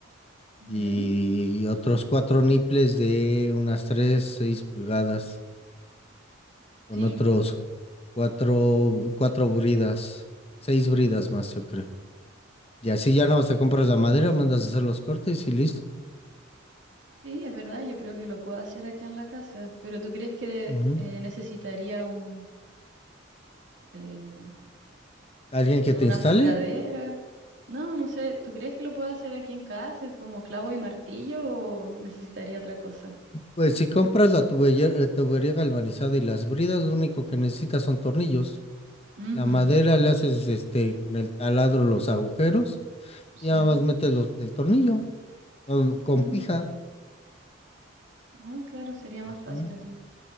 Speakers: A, on the right (about 65°); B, on the left (about 30°).
A: Ujú.
B: y otros cuatro nipples de unas 3 6 pulgadas, con
A: Sí.
B: otros cuatro, cuatro bridas, seis bridas
A: ujú.
B: más, yo creo. Y así ya no te compras la madera, mandas a hacer los cortes y listo.
A: Sí, es verdad, yo creo que lo puedo hacer aquí en la casa, pero ¿tú crees que
B: Ujú.
A: eh, necesitaría un, eh,
B: ¿Alguien que
A: con
B: te
A: una
B: instale?
A: furadera. No, no sé, ¿tú crees que lo puedo hacer aquí en casa? ¿Es como clavo y martillo o necesitaría otra cosa?
B: Pues si compras la tubería, eh, tubería galvanizada y las bridas, lo único que necesitas son tornillos.
A: Ujú,
B: La madera le haces este con el taladro los agujeros
A: Sí.
B: y nada más metes los, el tornillo o con
A: Mm,
B: pija.
A: Ah, claro, sería más
B: Ujú.
A: fácil así.